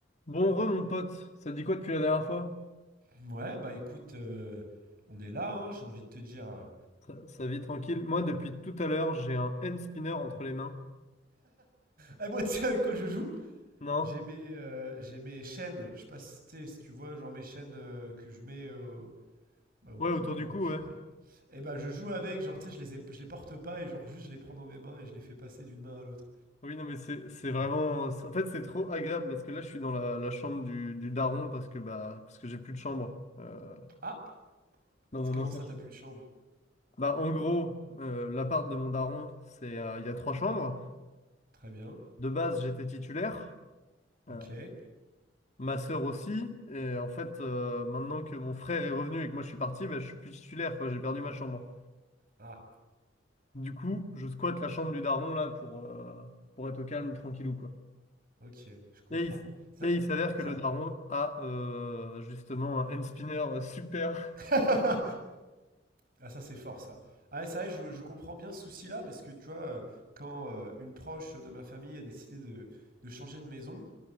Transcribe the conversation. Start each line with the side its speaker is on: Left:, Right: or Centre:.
Left: Bon re mon pote, ça te dit quoi depuis la dernière fois?
Right: Ouais, bah écoute, euh, on est là, hein, j'ai envie de te dire. euh.
Left: Ça, ça vit tranquille. Moi depuis tout à l'heure j'ai un hand spinner entre les mains.
Right: Ah, moi, tu sais avec quoi je joue?
Left: Non?
Right: J'ai mes, euh, j'ai mes chaînes, je sais pas si, t'es- si tu vois, genre mes chaînes euh, que je mets euh, bah, au
Left: Ouais
Right: cou,
Left: autour
Right: quoi,
Left: du cou
Right: au final.
Left: ouais.
Right: Et bah, je joue avec, genre, tu sais, je les ai- je les porte pas et genre, juste, je les prends dans mes mains et je les fais passer d'une main à l'autre.
Left: Oui non mais c'est c'est vraiment. c'est- En fait c'est trop agréable parce que là je suis dans la, la chambre du, du daron parce que bah parce que j'ai plus de chambre euh,
Right: Ah,
Left: dans mon
Right: c'est comment
Left: ancien.
Right: ça, t'as plus de chambre?
Left: Bah en gros euh, l'appart de mon daron c'est euh, il y a trois chambres.
Right: Très bien,
Left: De base j'étais titulaire.
Right: ok.
Left: euh, Ma sœur aussi, et en fait, euh, maintenant que mon frère est revenu et que moi je suis parti, bah, je suis plus titulaire, quoi. J'ai perdu ma chambre.
Right: Ah,
Left: Du coup, je squatte la chambre du daron là pour, euh, pour être au calme, tranquillou quoi.
Right: ok, je comprends.
Left: Et il, s-
Right: Ça,
Left: et il s'avère
Right: ça.
Left: que le daron a euh, justement un hand spinner euh, super.
Right: <laughs> Ah ça c'est fort ça. Ah c'est vrai, je, je comprends bien ce souci-là parce que tu vois, euh, quand euh, une proche de ma famille a décidé de, de changer de maison,